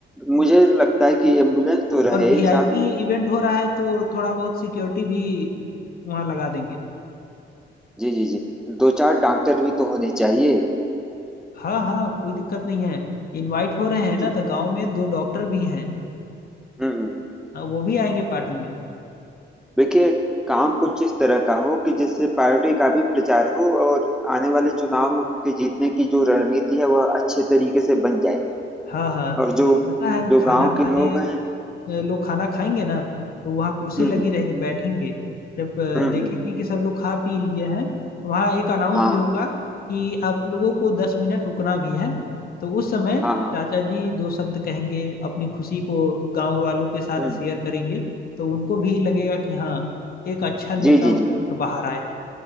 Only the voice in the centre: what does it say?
मुझे लगता है कि एम्बुलेंस तो रहे
ही साथ में
जी जी जी दो चार डॉक्टर भी तो होने चाहिए
जो-
हम्म, हम्म।
देखिए काम कुछ इस तरह का हो कि जिससे पार्टी का भी प्रचार हो और आने वाले चुनाव में उनके जीतने की जो रणनीति है वह अच्छे तरीके से बन जाए
और जो
जो
गांव
के लोग हैं
हम्म
हम्म
हम्म,
हम्म,
हाँ
हाँ हाँ
हम्म
जी जी
जी